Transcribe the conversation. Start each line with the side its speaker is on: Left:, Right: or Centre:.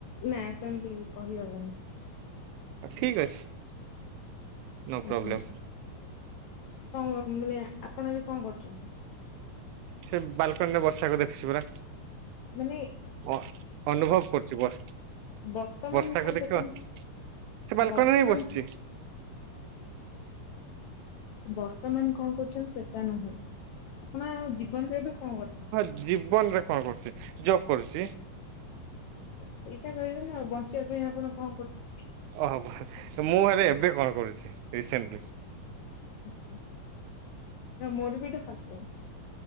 Left: ନା ସେମିତି କହିହବନ।
Right: ଠିକ ଅଛି। ନୋ
Left: ଆଜ୍ଞା।
Right: ପ୍ରୋବ୍ଲେମ୍।
Left: କଣ ମାନେ ଆପଣ ଏବେ କଣ କରୁଚନ୍ତି?
Right: ସେ ବାଲକୁନି ରେ ବର୍ଷାକୁ ଦେଖୁଚି ପରା।
Left: ମାନେ
Right: ଅ ଅନୁଭବ କରୁଚି। ବର୍
Left: ବର୍ତ୍ତମାନ
Right: ବର୍ଷାକୁ
Left: କଣ
Right: ଦେଖିବ।
Left: କରୁଛନ୍ତି?
Right: ସେ ବାଲକୁନି
Left: ବର୍ତ୍ତମାନ
Right: ରେ ହିଁ ବସଚି।
Left: ବର୍ତ୍ତମାନ କଣ କରୁଚନ୍ତି ସେଟା ନୁହେଁ। ଆପଣ ଜୀବନରେ ଏବେ କଣ କରୁଚନ୍ତି।
Right: ଜୀବନ ରେ କଣ କରୁଚି? ଜବ୍ କରୁଚି।
Left: ଆଚ୍ଛା ସେଇଟା କହିବେ ନା ଆଉ ବଞ୍ଚିଆ ପାଇଁ ଆପଣ କଣ କରୁଚ
Right: ଓହୋ ମୁଁ ହେରେ ଏବେ କଣ କରୁଚି ରିସେଣ୍ଟଲି।
Left: ଆଚ୍ଛା। ନା ମୋରିବି ଏଟା ଫାଷ୍ଟ ଟାମ୍।